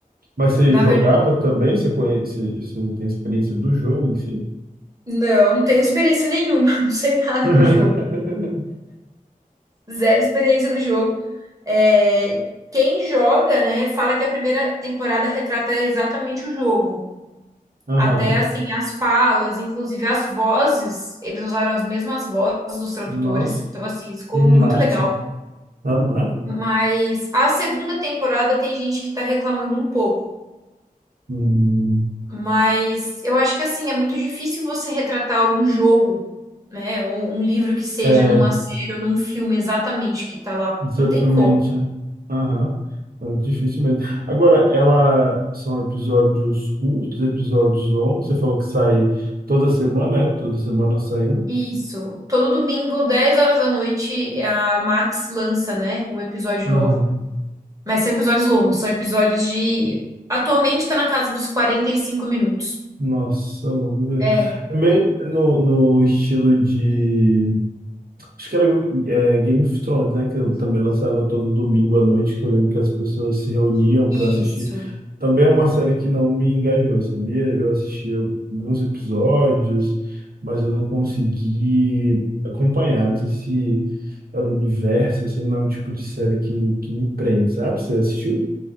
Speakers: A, on the right (about 85°); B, on the right (about 25°).
A: Mas você
B: na
A: jogava
B: verdade.
A: também? Você conhece, você você tem experiência do jogo em si?
B: Não, não tenho experiência nenhuma, <laughs> não sei nada
A: <laughs>
B: do jogo. Zero experiência do jogo. É, quem joga, né, fala que a primeira temporada retrata exatamente o jogo.
A: Aham.
B: Até assim, as falas, inclusive as vozes, eles usaram as mesmas vozes dos tradutores,
A: Nossa,
B: então assim, isso ficou
A: que massa.
B: muito legal.
A: Aham.
B: Mas a segunda temporada tem gente que tá reclamando um pouco.
A: Hum.
B: Mas eu acho que assim, é muito difícil você retratar um jogo, né? Ou um livro que seja
A: É,
B: numa série ou num filme exatamente que tá lá.
A: Exatamente.
B: Não tem como.
A: Aham. É difícil mesmo. Agora, ela são episódios curtos, episódios longos. Você falou que sai toda semana, é? Toda semana sai um.
B: Isso. Todo domingo, 10 horas da noite, a Max lança, né? Um episódio
A: Aham.
B: novo. Mas são episódios longos, são episódios de. Atualmente tá na casa dos 45 minutos.
A: Nossa, longo mesmo.
B: É,
A: Também no, no estilo de Acho que era é, Game of Thrones, né? Que eu também lançava todo domingo à noite, que eu lembro que as pessoas se reuniam para
B: isso.
A: assistir. Também é uma série que não me engajou, sabia? Eu assistia alguns episódios, mas eu não consegui acompanhar. Não sei se era o universo, assim, não é o tipo de série que, que me prende, sabe? Você assistiu?